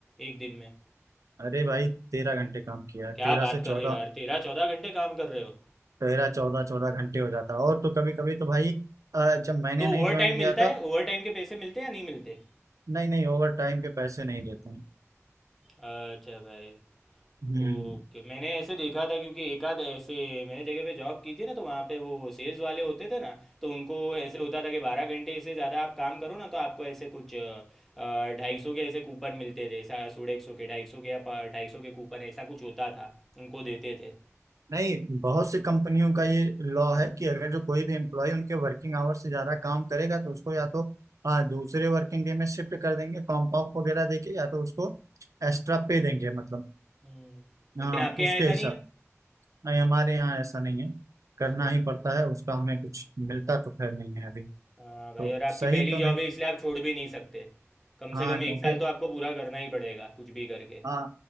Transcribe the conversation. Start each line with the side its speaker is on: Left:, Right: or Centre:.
Centre: एक दिन में
Right: अरे भाई तेरह घंटे काम किया है
Centre: क्या
Right: तेरह
Centre: बात
Right: से चौदह
Centre: कर रहे हो यार तेरह चौदह घंटे काम कर रहे हो
Right: तेरह चौदह चौदह घंटे हो जाता है और तो कभी कभी तो भाई अ, जब मैंने
Centre: तो
Right: नहीं
Centre: ओवर
Right: ज्वाइन
Centre: टाइम
Right: किया
Centre: मिलता
Right: था
Centre: है ओवर टाइम के पैसे मिलते हैं या नहीं मिलते
Right: नहीं नहीं ओवर टाइम के पैसे नहीं देते हैं
Centre: अच्छा भाई
Right: हम्म
Centre: ओके मैंने ऐसे देखा था क्योंकि एक आध ऐसे मैंने जगह पे जॉब की थी ना तो वहाँ पे वो सेल्स वाले होते थे ना तो उनको ऐसे होता था कि बारह घंटे से ज़्यादा आप काम करो ना तो आपको ऐसे कुछ ढाई सौ के ऐसे कूपन मिलते थे सोलह एक सौ के ढाई सौ के या ढाई सौ के कूपन ऐसा कुछ होता था उनको देते थे
Right: नहीं बहुत सी कंपनियों का ये लॉ है कि अगर जो कोई भी एम्प्लॉय उनके वर्किंग आवर से ज्यादा काम करेगा तो उसको या तो आ, दूसरे वर्किंग डे में शिफ्ट कर देंगे कॉम्प ऑफ वगैरह देके या तो उसको एक्स्ट्रा पे देंगे मतलब
Centre: हम्म लेकिन
Right: हाँ
Centre: आपके
Right: उसके
Centre: यहाँ ऐसा
Right: हिसाब
Centre: नहीं है
Right: नहीं हमारे यहाँ ऐसा नहीं है करना
Centre: अरे
Right: ही
Centre: भाई
Right: पड़ता है उसका हमें कुछ मिलता तो खैर नहीं है अभी
Centre: हाँ
Right: तो
Centre: भाई और आपकी
Right: सही
Centre: पहली
Right: तो
Centre: जॉब
Right: नहीं
Centre: है इसलिए आप छोड़ भी नहीं सकते कम
Right: हाँ
Centre: से कम एक
Right: क्योंकि
Centre: साल तो आपको पूरा करना ही पड़ेगा कुछ भी करके
Right: हाँ